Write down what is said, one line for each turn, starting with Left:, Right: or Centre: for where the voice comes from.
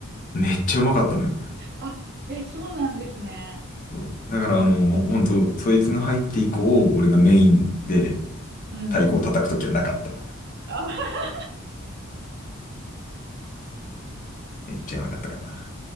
Left: めっちゃうまかったのよ。
Right: あ、え、そうなんですね。
Left: そうだからあの、本当そいつが入って以降、俺がメインで
Right: うんうん。
Left: 太鼓を叩くときはなかった。
Right: あ
Left: めっちゃうまかったからな。